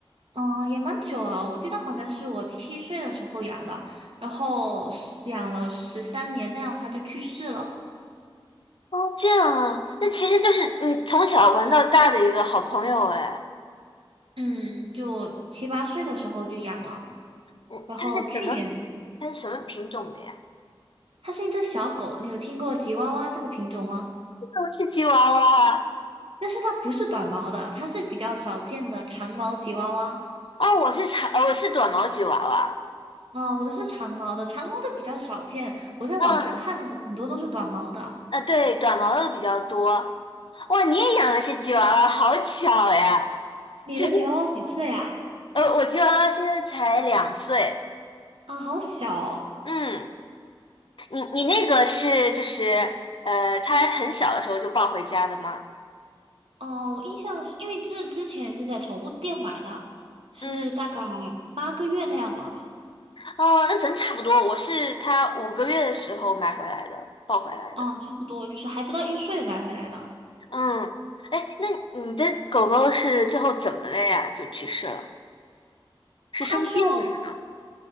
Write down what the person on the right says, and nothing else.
嗯也蛮久了，我记得好像是我七岁的时候养的，然后养了十三年那样，它就去世了。
嗯，就七八岁的时候就养了，
然后去年
它是一只小狗，你有听过吉娃娃这个品种吗？
但是它不是短毛的，它是比较少见的长毛吉娃娃
啊。我的是长毛的，长毛的比较少见。我在网上看的很多都是短毛的。
你的吉娃娃几岁啊？
啊，好小哦！
哦，我印象是因为这之前是在宠物店买的，是大概
八个月那样吧。
啊，差不多就是还不到一岁买回来的，
它就